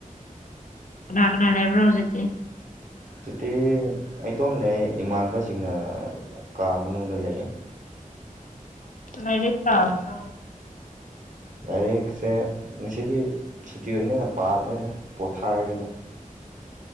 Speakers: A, on the left; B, on the right.
A: ꯀꯅꯥ ꯀꯅꯥ ꯂꯩꯕ꯭ꯔꯣ ꯍꯧꯖꯤꯛꯇꯤ
B: ꯍꯧꯖꯤꯛꯇꯤ ꯑꯩꯇꯣꯝ ꯂꯩ ꯏꯃꯅꯕꯁꯤꯡꯅ ꯀꯥ ꯃꯅꯨꯡꯗ ꯂꯩ
A: ꯂꯥꯢꯔꯤꯛ ꯄꯥꯕ꯭ꯔꯣ
B: ꯂꯥꯏꯔꯤꯛꯁꯦ ꯉꯁꯤꯗꯤ ꯁꯨꯇꯤ ꯑꯣꯕꯅꯤꯅ ꯄꯥꯗ꯭ꯔꯦ ꯄꯣꯊꯥꯔꯒꯦꯅ